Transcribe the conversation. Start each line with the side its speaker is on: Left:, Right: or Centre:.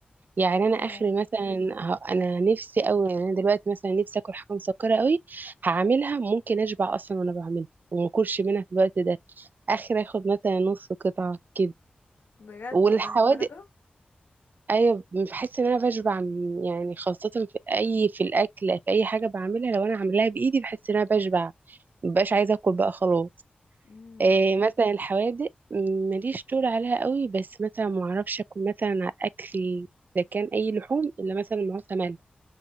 Right: يعني
Left: اه
Right: انا اخري مثلا ه- انا نفسي قوي يعني انا دلوقتي مثلا نفسي اكل حاجه مسكره قوي هعملها ممكن اشبع اصلا وانا بعملها وما اكلش منها في الوقت ده اخر اخد مثلا نص قطعه كده
Left: بجد
Right: والحوادق
Left: والله للدرجه
Right: ايوه بحس ان انا بشبع م- يعني خاصه في اي في الاكل في اي حاجه بعملها لو انا عاملاها بايدي بحس ان انا بشبع مبقاش عايزه اكل بقى خلاص
Left: امم
Right: إيه مثلا الحوادق م- ماليش طول عليها قوي بس مثلا ما اعرفش اكل مثلا على الاكل اذا كان اي لحوم الا مثلا معاه سمن